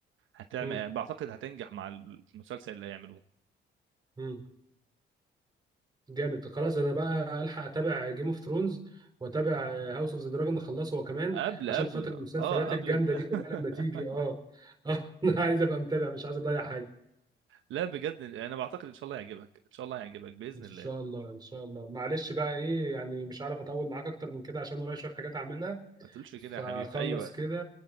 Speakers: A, on the right; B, on the right.
A: هتعمل
B: مم.
A: بعتقد هتنجح مع المسلسل اللي هيعملوه
B: مم. جامد خلاص انا بقى الحق اتابع جيم اوف ثرونز واتابع هاوس اوف ذا دراجون اخلصه هو كمان
A: قبل
B: عشان
A: قبل
B: خاطر المسلسلات
A: اه قبل
B: الجامده
A: الم...
B: دي
A: <laughs>
B: كلها لما تيجي اه اه <laughs> انا عايز ابقى متابع مش عايز اضيع حاجه
A: لا بجد انا بعتقد ان شاء الله يعجبك ان شاء الله يعجبك باذن
B: ان شاء
A: الله
B: الله ان شاء الله معلش بقى ايه يعني مش عارف اطول معاك اكتر من كده عشان ورايا شويه حاجات اعملها
A: ما تقولش كده
B: فخلص
A: يا حبيبي في اي وقت
B: كده